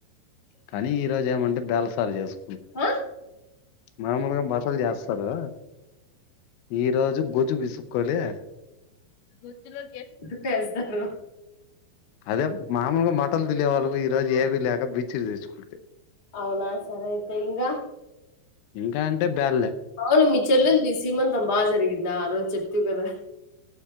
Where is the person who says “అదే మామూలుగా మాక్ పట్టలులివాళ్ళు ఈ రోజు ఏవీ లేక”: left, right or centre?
Left